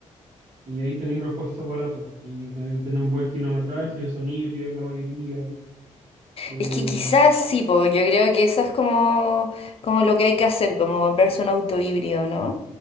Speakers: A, on the right; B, on the left.
A: Y ahí tenéis repuestos baratos y te- tienen buen kilometraje, son híbridos la mayoría. Eh,
B: Es que quizás sí, po, yo creo que eso es como, como lo que hay que hacer, como comprarse un auto híbrido, ¿no?